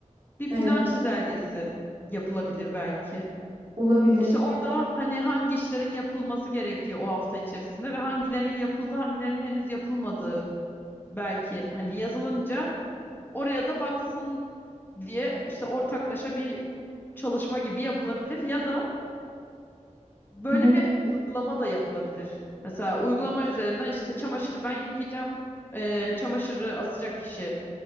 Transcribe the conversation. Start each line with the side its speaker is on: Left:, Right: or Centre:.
Left: bir
Right: Evet,
Left: plan çizelgesi yapılabilir belki.
Right: olabilir.
Left: İşte orada hani hangi işlerin yapılması gerektiği o hafta içerisinde ve hangilerinin yapıldı, hangilerinin henüz yapılmadığı belki hani yazılınca oraya da baksın diye işte ortaklaşa bir çalışma gibi yapılabilir ya da böyle
Right: Hı hı.
Left: bir uygulama da yapılabilir. Mesela uygulama üzerinden işte çamaşırı ben yıkayacağım, e, çamaşırı asacak kişi